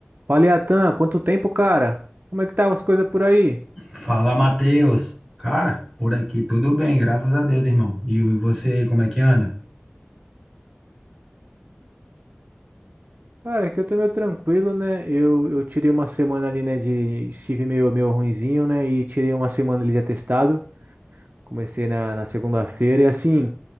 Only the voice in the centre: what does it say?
Fala, Matheus. Cara, por aqui tudo bem, graças a Deus, irmão. E você aí, como é que anda?